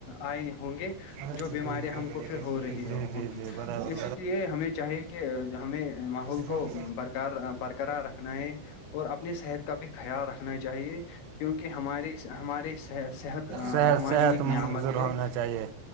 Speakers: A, on the left; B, on the right.
A: ائے ہوں گے
B: ہرچیز
A: جو بیماریاں
B: بنی بڑھیا
A: ہم
B: بنے
A: کو پھر
B: گا
A: ہو رہی
B: جی
A: ہوگی
B: جی جی برابر
A: اسی لیے ہمیں چاہی کہ کہ ہمیں ماحول
B: برابر
A: کو برکر برقرار رکھنا ہے اور اپنی صحت کا بھی خیال رکھنا چاہیے کیوکی ہمارے اس ہمارے سہ صحت
B: صحت
A: ہماری
B: صحت
A: ایک
B: مضر
A: نیامت ہے
B: ہونا چاہیے